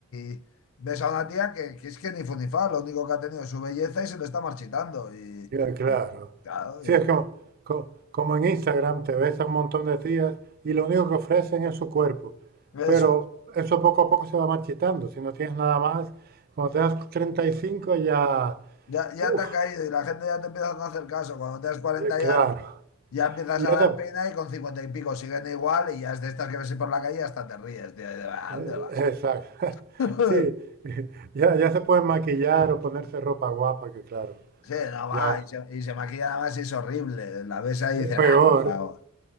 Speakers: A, on the left; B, on the right.
A: y ves a una tía que, que es que ni fu ni fa, lo único que ha tenido es su belleza y se le está marchitando. Y
B: Y claro.
A: claro,
B: Sí, es como, co- como en Instagram te ves a un montón de tías y lo único que ofrecen es su cuerpo.
A: eso.
B: Pero eso poco a poco se va marchitando. Si no tienes nada más, cuando te das 35 ya,
A: Ya, ya
B: uff,
A: te ha caído y la gente ya te empieza a no hacer caso. Cuando tienes cuarenta
B: Eh, Claro,
A: y algo, ya empiezas
B: y
A: a
B: ya
A: dar
B: te-
A: pena y con 50 y pico siguen igual y ya es de estas que ves por la calle y hasta te ríes, tío. Y de, ¿A
B: eh,
A: dónde vas?
B: exacto. <laughs>
A: <laughs>
B: Sí, <laughs> ya, ya se pueden maquillar o ponerse ropa guapa, que claro,
A: Sí, no va.
B: ya
A: Y se, y se maquilla nada más y es horrible. La ves ahí y dices,
B: peor,
A: ah, por favor.